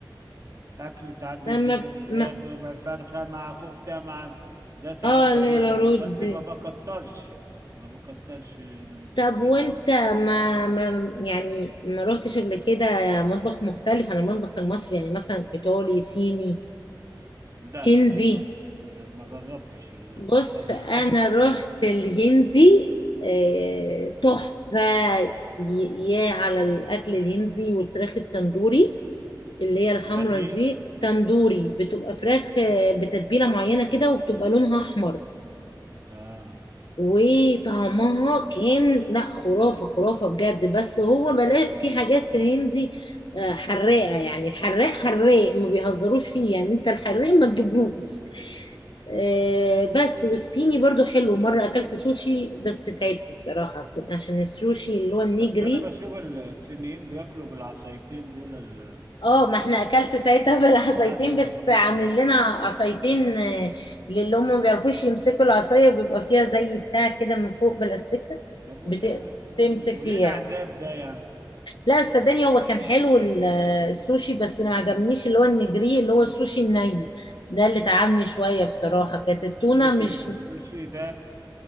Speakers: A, on the right; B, on the left.
A: اكل ساعات بيجيب
B: لما
A: لك فراخ
B: ما
A: ربع فرخه مع كفته مع ده ساعات
B: اه
A: بايه
B: اللي هي العروض
A: بجيب بس
B: دي
A: ما بكترش ما بكترش من
B: طب
A: الحاجات
B: وانت
A: دي
B: ما, ما يعني ما روحتش قبل كده مطبخ مختلف عن المطبخ المصري يعني مثلا ايطالي صيني
A: ده
B: هندي
A: ما ما ما جربتش المطبخ
B: بص انا
A: <laughs>
B: رحت الهندي آه، تحفة ي- يا على الاكل الهندي والفراخ التندوري اللي هي الحمرا
A: فراخ ايه
B: دي تندوري بتبقى فراخ آه، بتتبيلة معينة كده وبتبقى لونها احمر
A: اه
B: وطعمها كان لا خرافة خرافة بجد بس هو بلاقي في حاجات في الهندي آه، حراقة يعني الحراق حراق ما بيهزروش فيه يعني انت الحراق ما تجيبوش آه، بس والصيني برضو حلو مرة أكلت سوشي بس تعبت بصراحة عشان السوشي اللي هو النيجري
A: بس انا بشوف الصينيين بياكلوا بالعصايتين دول ال...
B: اه ما احنا اكلت ساعتها <laughs> بالعصايتين
A: واحد و-
B: بس عاملين لنا عصايتين آه، للي هم ما بيعرفوش يمسكوا العصايه بيبقى فيها زي بتاع كده من فوق بالاستيكه
A: طب وتاكل
B: بت- تمسك فيها
A: وليه العذاب ده يعني
B: لا صدقني هو كان حلو ال- آه، السوشي بس اللي ما عجبنيش اللي هو النجري اللي هو السوشي الني ده اللي تعبني شويه بصراحه كانت التونه
A: السوشي
B: مش
A: السوشي ده